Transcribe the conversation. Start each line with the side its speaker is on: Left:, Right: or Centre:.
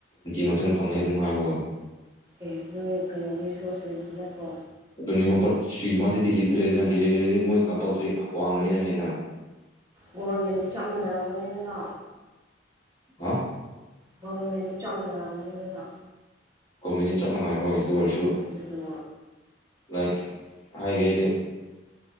Left: ꯉꯥꯛꯇꯅ ꯐꯪꯉꯦ ꯑꯗꯨꯝꯍꯥꯏ ꯕꯒ
Right: ꯑꯦ ꯅꯣꯏ ꯀꯩꯅꯣꯒꯤꯁꯨ ꯁꯕꯦꯟꯇꯤ ꯅꯠꯇ꯭ꯔꯣ
Left: ꯑꯗꯨꯅꯤꯕ ꯕꯠꯁꯤ ꯃꯥꯗꯤ ꯗꯤꯜꯂꯤꯗ ꯂꯩꯗꯅ ꯗꯦꯜꯂꯤꯗꯗꯤ ꯃꯣꯏ ꯀꯝꯄꯜꯁꯔꯤ ꯋꯥꯡꯉꯅꯤꯅ ꯍꯦꯟꯅ
Right: ꯒꯣꯚ꯭ꯔꯃꯦꯟꯗꯤ ꯆꯞ ꯃꯥꯟꯅꯔꯝꯒꯅꯤꯗꯅ
Left: ꯍꯥ
Right: ꯒꯣꯕ꯭ꯔꯃꯦꯟꯗꯤ ꯆꯞ ꯃꯥꯟꯅꯔꯝꯒꯅꯤꯗꯅ
Left: ꯒꯣꯕ꯭ꯔꯃꯦꯟꯗꯤ ꯆꯞ ꯃꯥꯟꯅꯩ ꯍꯣꯏ ꯑꯗꯨ ꯑꯣꯏꯔꯁꯨ
Right: ꯑꯗꯨꯗꯣ
Left: ꯂꯥꯏꯛ ꯍꯥꯏꯒꯦꯗꯤ